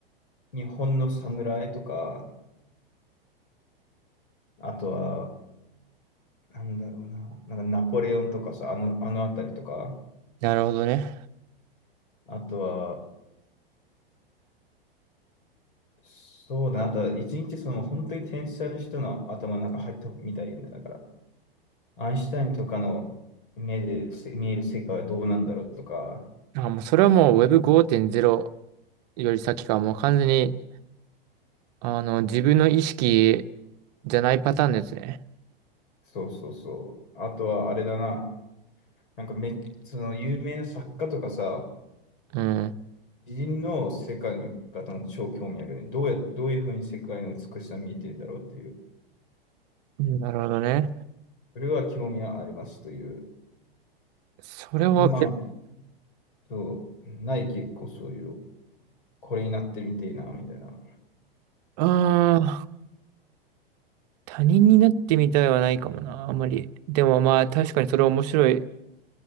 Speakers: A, on the left; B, on the right.
A: 日本の侍とか、あとは、なんだろうな、なんかナポレオンとかさ、あの、あのあたりとか、
B: なるほどね。
A: あとは、そうだな、あとは一日その本当に天才の人の頭の中入ってみたいよね。だから、アインシュタインとかの目でせ見える世界はどうなんだろうとか、
B: あー、もうそれはもう Web5.0 より先か、もう完全に、あの、自分の意識じゃないパターンですね。
A: そうそうそう。あとは、あれだな。なんかめ、その有名な作家とかさ、
B: うん。
A: 偉人の世界の見方の超興味あるよね。どうや、どういうふうに世界の美しさ見えてるんだろうっていう。
B: うんなるほどね。
A: それは興味はありますという。
B: それは、
A: で、まあ、そう、ない結構そういうの、これになってみてえな、みたいな。
B: ああ、他人になってみたいはないかもな、あんまり。でもまあ確かにそれ面白い。